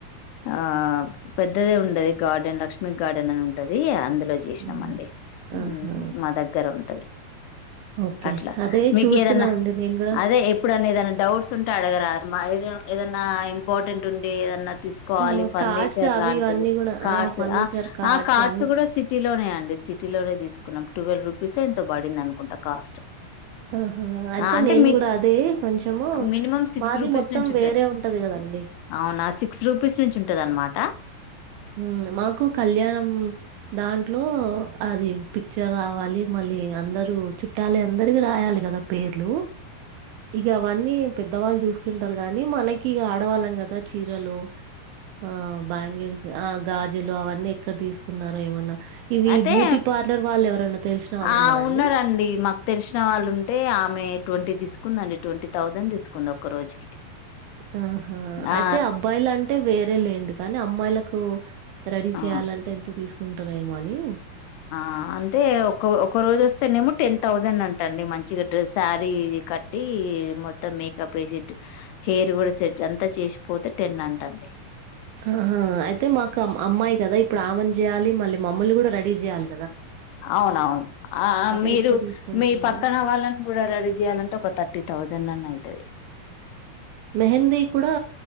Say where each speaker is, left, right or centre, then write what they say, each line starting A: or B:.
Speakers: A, on the left (about 80°); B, on the right (about 80°).
A: ఆ పెద్దదే ఉండది గార్డెన్ లక్ష్మీ గార్డెన్ అని ఉంటది అంద లో చేసినాము
B: ఉమ్.
A: అండి
B: ఆహా
A: ఉ మా దగ్గర ఉంటది
B: ఓకే
A: అట్లా
B: అదే
A: మీకి
B: చూస్తున్నానండి
A: ఏదన్నా
B: నేను కూడా
A: అదే ఎప్పుడన్నా ఏదైనా డౌట్స్ ఉంటే అడగరా మై ఏరియా ఏద ఏదన్నా ఇంపార్టెంట్ ఉండి ఏదన్నా తీసుకోవాలి
B: ఆ
A: ఫర్నిచర్
B: కార్డ్స్ అవి
A: లాంటివి
B: ఇవన్నీ కూడా
A: కార్స్
B: ఆ ఫర్నిచర్
A: ఆ ఆ కార్డ్స్
B: అన్ని
A: కూడా సిటీ లోనే అండి సిటీలోనే తీసుకున్నాం ట్వెల్వ్ రుపీస్ ఓ ఎంతో పడింది అనుకుంటా కాస్ట్
B: ఆహా అయితే
A: అంటే
B: నేను
A: మి
B: కూడా అదే కొంచము
A: మినిమం సిక్స్
B: మాది
A: రూపీస్
B: మొత్తం
A: నుంచి
B: వేరే ఉంటది కదండి
A: అవునా సిక్స్ రూపీస్ నుంచి ఉంటది అన్నమాట
B: ఉ మాకు కళ్యాణం దాంట్లో అది పిక్చర్ రావాలి మళ్ళీ అందరుూ చుట్టాలి అందరివి రాయాలి కదా పేర్లు ఇగ అవన్నీ పెద్దవాళ్ళు చూసుకుంటారు గాని మనకి ఆడవాళ్ళం కదా చీరలు ఆ బ్యాంగిల్స్ ఆ గాజులు అవన్నీ ఎక్కడ తీసు కున్నారూ ఏమన్నా ఇవి
A: అయితే
B: బ్యూటీ పార్లర్ వాళ్ళు ఎవరన్నా తెలిసిన వాళ్ళు
A: ఆ
B: ఉన్నారంండి
A: ఉన్నారండి మాకు తెలిసిన వాళ్ళు ఉంటే ఆమె ట్వంటీ తీసుకుందండి ట్వంటీ థౌజండ్ తీసుకుంది ఒక్క రోజుకి
B: ఆహా అయితే
A: ఆ
B: అబ్బాయిలు అంటే వేరే లేండి కానీ అమ్మాయిలకు రెడీ
A: ఆ
B: చేయ్యాలంటే ఎంత తీసుకుంటారేమో అని
A: ఆ అంటే ఒక ఒక రోజు వస్తేనేమో టెన్ థౌజండ్ అంటండి మంచిగా డ్రెస్ శారీ కట్టి టి మొత్తం మేకప్ డా వేసి హెయిర్ కూడా సెట్ అంతా చేసిపోతే టెన్ అంటండి
B: ఆహా అయితే మాకు అమ్మాయి కదా ఇప్పుడు ఆమన్ చేయాలి మళ్ళీ మమ్మల్ని కూడా రెడీ చేయాలి
A: అవునవును ఆ
B: అదే
A: మీరు
B: ఎక్కువ తీసుకుంటుందా?
A: మీ పక్కన వాళ్ళని కూడా రెడీ చేయాలంటే ఒక థర్టీ థౌసండ్ నన్ అయితది
B: మెహందీ కూడా